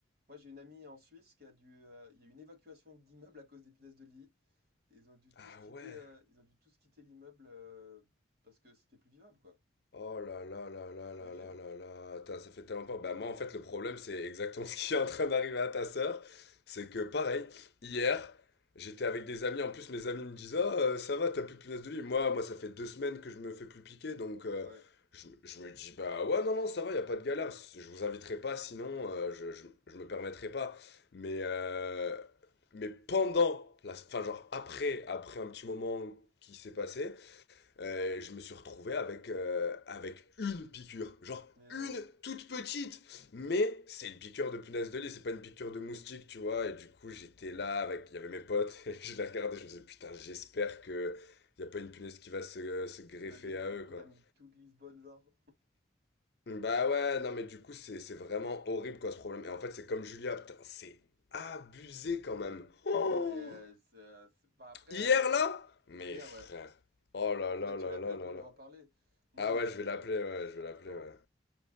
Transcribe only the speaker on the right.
Moi, j'ai une amie en Suisse qui a dû. euh, Il y a eu une évacuation d'immeuble à cause des punaises de lit. Et ils ont dû tous
quitter,
euh, ils ont dû tous quitter l'immeuble euh, parce que c'était plus vivable, quoi.
T'imagines?
Ouais.
Mais non.
T'imagines,
tu
contamines
toute Lisbonne, genre.
Ah non, mais euh, c'est- euh, c'est- bah, après,
euh, c'est-
hier,
ouais.
Il faudrait
que
tu l'appelles
pour lui
en parler. Non,
mais
c'est
c'est
hardcore.